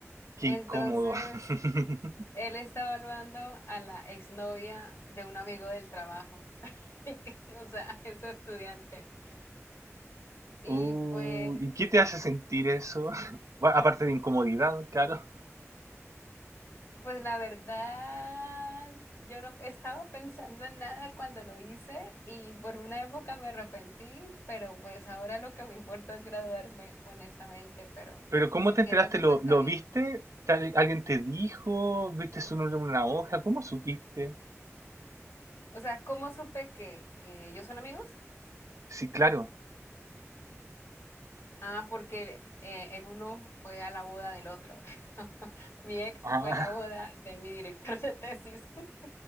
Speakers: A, on the right; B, on the left.
A: Qué
B: Entonces,
A: incómodo. <laughs>
B: él está evaluando a la exnovia de un amigo del trabajo, <laughs> o sea, es su estudiante. Y
A: Uy,
B: pues...
A: ¿y qué te hace sentir eso? <laughs> Bueno, aparte de incomodidad, claro.
B: Pues la verdad, yo no estaba pensando en nada cuando lo hice y por una época me arrepentí, pero pues ahora lo que me importa es graduarme, honestamente, pero
A: Pero ¿cómo
B: ni siquiera
A: te enteraste?
B: eso
A: ¿Lo,
B: está
A: lo
B: bien.
A: viste? ¿Tal- ¿Alguien te dijo? ¿Viste su nombre en una hoja? ¿Cómo supiste?
B: O sea, ¿cómo supe que, que ellos son amigos?
A: Sí, claro.
B: Ah, porque eh, el uno fue a la boda del otro. <laughs> Mi ex
A: Ah,
B: fue la boda de mi director de tesis. <laughs>